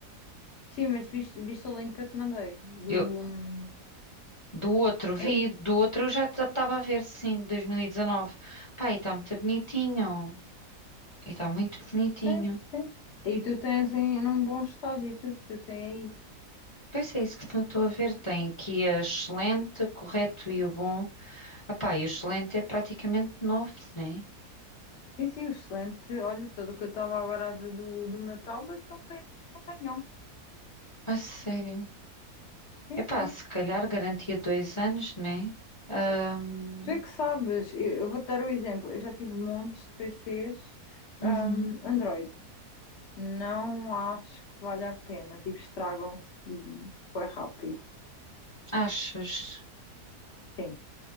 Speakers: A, on the left (about 50°); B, on the left (about 20°).
A: Sim, mas viste, viste o link que eu te mandei do.
B: Eu,
A: hum,
B: Do outro vi,
A: eu-
B: do outro eu já estava a ver, sim, de 2019. Pá, e está muito bonitinho. E está muito bonitinho.
A: sim, sim. E tu tens em num bom estado e tudo que tem aí.
B: Pois é isso que eu estou a ver. Tem aqui a excelente, o correto e o bom. Epá, e o excelente é praticamente novo, né?
A: Sim, sim, excelente. Olha, pelo que eu estava agora a ver do, do meu tablet, não tem nenhum arranhão.
B: A sério.
A: Sim,
B: Epá,
A: sim.
B: se calhar garantia dois anos, né? Ahm,
A: Tu é que sabes. Eu, eu vou-te dar o exemplo. Eu já tive montes de PCs,
B: uhum.
A: hum, Android. Não acho que vale a pena. Tipo, estragam-se bem rápido.
B: Achas?
A: Sim.